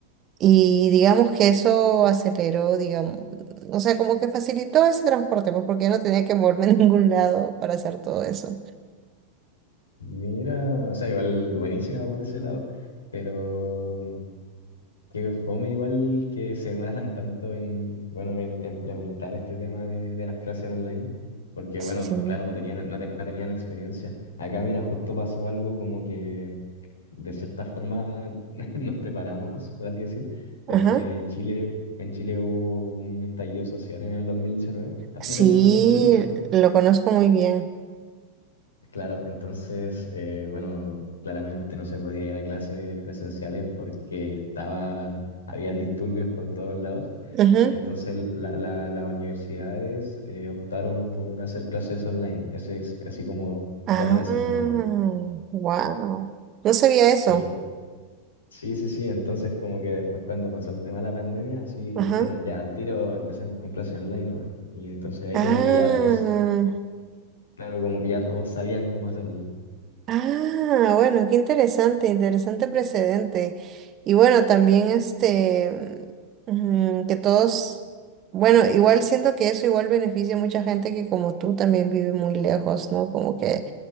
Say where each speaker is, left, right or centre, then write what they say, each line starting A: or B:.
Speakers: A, on the right; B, on the left.
A: Y digamos que eso aceleró, digamos, o sea, como que facilitó ese transporte, pues porque ya no tenía que moverme <laughs> a ningún lado para hacer todo eso.
B: Mira, o sea, igual buenísima por ese lado, pero qué fome igual que se demoraran tanto en, bueno, en implementar este tema de, de las clases online, porque
A: Sí,
B: bueno, claro, no tenían, no, te- no tenían experiencia. Acá, mira, justo pasó algo como que de cierta forma <laughs> nos preparamos, por así decir, porque
A: ajá.
B: en Chile, en Chile hubo un estallido social en el 2019, a
A: Sí,
B: fines de dos mil diecinueve.
A: lo conozco muy bien.
B: Claro, entonces, eh, bueno, claramente no se podía ir a clases presenciales porque estaba, habían disturbios por todos lados.
A: Ajá.
B: Entonces, la- la- las universidades eh, optaron por hacer clases online. Ese es así como
A: Ah,
B: dos meses más o menos.
A: wow. No sabía
B: Sí,
A: eso.
B: sí, sí, sí. Entonces, como que después cuando pasó el tema de la pandemia, sí
A: Ajá.
B: dijeron ya, al tiro empecemos con clases online nomás. Y entonces ahí
A: Ah,
B: como que ya todos, claro, como que ya todos sabían cómo hacerlo.
A: ah, bueno, qué interesante, interesante precedente. Y bueno, también este, mm, que todos, bueno, igual siento que eso igual beneficia a mucha gente que como tú también vive muy lejos, ¿no? Como que,